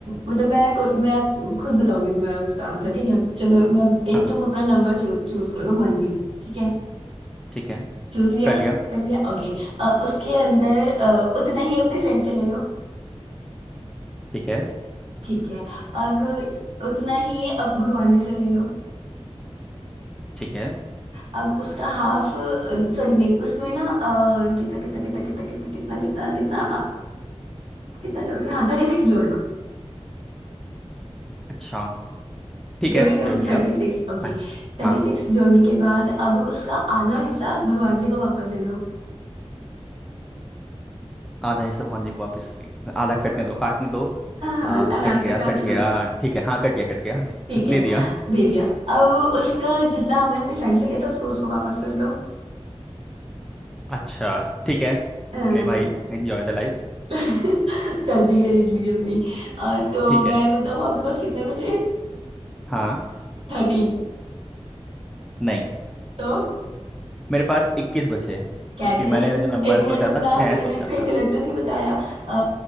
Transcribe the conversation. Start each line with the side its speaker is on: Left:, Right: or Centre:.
Right: मतलब मैं को- मैं आप खुद बताऊंगी तुम्हारा उसका आंसर ठीक है चलो मैं एक
Centre: हाँ
Right: तुम अपना नंबर चू, चूज करो मन में ठीक है
Centre: ठीक है
Right: चूज लिया
Centre: कर लिया
Right: कर लिया ओके उसके अंदर अ, उतना ही अपने फ्रेंड से ले लो
Centre: ठीक है
Right: ठीक है अब उतना ही अब भगवान जी से ले लो
Centre: ठीक है
Right: अब उसका हाफ सॉरी नहीं उसमें ना अ, कितना कितना कितना कितना कितना कितना कितना कितना कितना जोड़ गया हाँ थर्टी सिक्स जोड़ लो
Centre: अच्छा ठीक
Right: जोड़
Centre: है
Right: लिया
Centre: जोड़ लिया
Right: thirty six okay
Centre: हाँ
Right: Thirty
Centre: हाँ
Right: six जोड़ने के बाद अब उसका आधा हिस्सा भगवान जी को वापस दे दो
Centre: आधा हिस्सा भगवान जी को वापस आधा कटने दो काटने दो
Right: हाँ हाँ
Centre: हाँ
Right: आराम
Centre: कट गया
Right: से काट
Centre: कट गया
Right: लो
Centre: ठीक है हाँ कट गया कट गया <laughs>
Right: ठीक है
Centre: दे दिया
Right: दे दिया अब उसका जितना आपने अपने फ्रेंड से लिया था उसको उसको वापस कर दो
Centre: अच्छा ठीक है
Right: अह,
Centre: ले भाई एंजॉय द लाइफ
Right: <laughs> चल जी ले जिंदगी अपनी अह, तो
Centre: ठीक
Right: मैं
Centre: है
Right: बताऊँ आपके पास कितने बचे
Centre: हाँ
Right: थर्टीन
Centre: नहीं
Right: तो
Centre: मेरे पास इक्कीस बचे हैं, क्योंकि
Right: कैसे
Centre: मैंने जो नंबर
Right: एक मिनट
Centre: सोचा
Right: रुकना
Centre: था छः
Right: मैंने
Centre: सोचा
Right: कहीं
Centre: था
Right: गलत तो नहीं बताया अ,